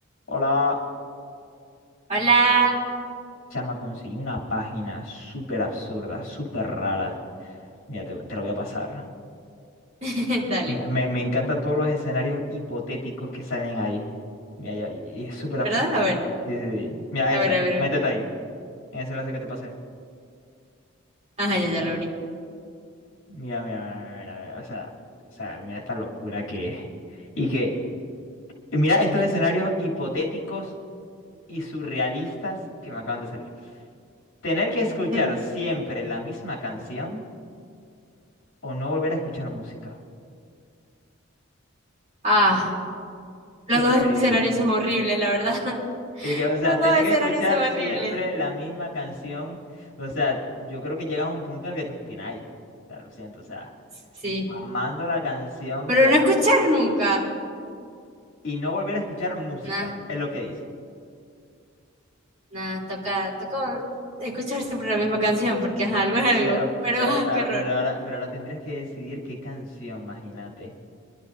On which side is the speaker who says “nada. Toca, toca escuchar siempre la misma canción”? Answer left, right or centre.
Right